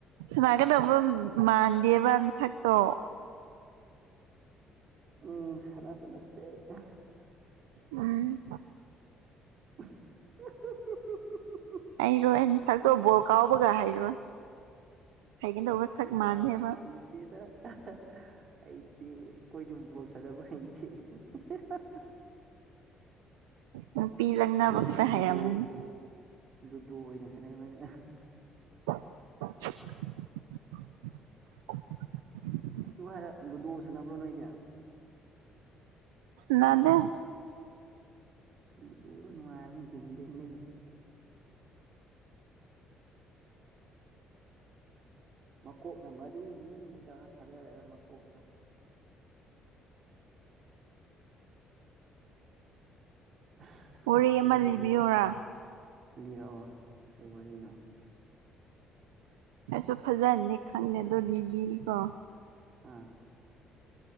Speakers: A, on the right; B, on the right.
A: ꯁꯅꯥꯒꯗꯕ ꯃꯥꯟꯗꯦꯕ ꯅꯁꯥꯛꯇꯣ
B: ꯎꯝ ꯁꯅꯥꯕ ꯅꯠꯇꯦꯗ
A: ꯎꯝ
B: <unintelligible>
A: ꯍꯩꯔꯣꯏ ꯅꯁꯛꯇꯣ ꯕꯣꯜ ꯀꯥꯎꯕꯒ ꯍꯩꯔꯣꯏ ꯍꯩꯒꯗꯧꯕ ꯁꯛ ꯃꯥꯟꯗꯦꯕ
B: ꯑꯥ ꯍꯩꯇꯦꯗ ꯑꯍ ꯍꯩꯇꯦ ꯈꯣꯏꯗꯤ ꯕꯣꯜ ꯁꯥꯅꯕ ꯍꯩꯇꯦ ꯍꯥ ꯍꯥ ꯍꯥ
A: ꯅꯨꯄꯤ ꯂꯛꯅꯕ
B: ꯈꯣꯏꯗꯤ
A: ꯈꯛꯇ
B: ꯂꯨꯗꯣ
A: ꯍꯩꯔꯝꯃꯅꯤ
B: ꯂꯨꯗꯣ ꯑꯣꯏꯅ ꯁꯤꯅꯩ ꯈꯣꯏꯗꯤ
A: <unintelligible>
B: ꯑꯗꯨ ꯍꯥꯏꯔ ꯂꯨꯗꯣ ꯁꯥꯟꯅꯕ꯭ꯔꯣ ꯅꯣꯏꯗꯤ
A: ꯁꯥꯟꯅꯗꯦ
B: ꯂꯨꯗꯣ ꯗꯣ ꯅꯨꯡꯉꯥꯏꯕꯅꯦ ꯗꯤꯜꯂꯦꯟꯕꯩꯗꯤ ꯃꯀꯣꯛꯅ ꯃꯔꯨꯅꯤ ꯇꯧꯔ ꯊꯥꯗꯔꯒ ꯃꯀꯣꯛꯇꯣ ꯑꯁ
A: ꯋꯥꯔꯤ
B: ꯀꯩꯅꯣ
A: ꯑꯃ
B: ꯇꯧꯅꯤꯡꯉꯦ
A: ꯂꯤꯕꯤꯌꯨꯔꯥ
B: ꯂꯤꯔꯛꯑꯣ ꯀꯩ ꯋꯥꯔꯤꯅꯣ
A: ꯑꯩꯁꯨ ꯐꯖꯟꯗꯤ ꯈꯪꯗꯦ ꯑꯗꯣ ꯕꯤꯕꯤꯒꯤꯀꯣ
B: ꯑꯥ